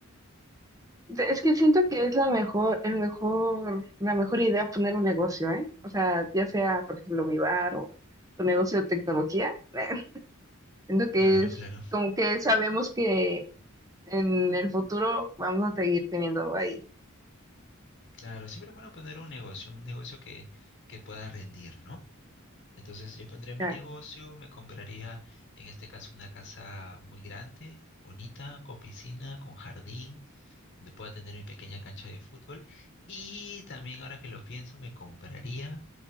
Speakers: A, on the right; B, on the left.
A: de- es que siento que es la mejor, el mejor, la mejor idea poner un negocio, ¿eh? O sea, ya sea, por ejemplo, mi bar o tu negocio de tecnología. <laughs> siento que
B: Claro,
A: es
B: claro.
A: como que sabemos que en el futuro vamos a seguir teniendo ahí.
B: Claro, siempre es bueno poner un negocio, un negocio que, que pueda rendir, ¿no? Entonces yo pondría mi
A: Ah,
B: negocio, me compraría en este caso una casa muy grande, bonita, con piscina, con jardín, donde pueda tener mi pequeña cancha de fútbol. Y también ahora que lo pienso, me compraría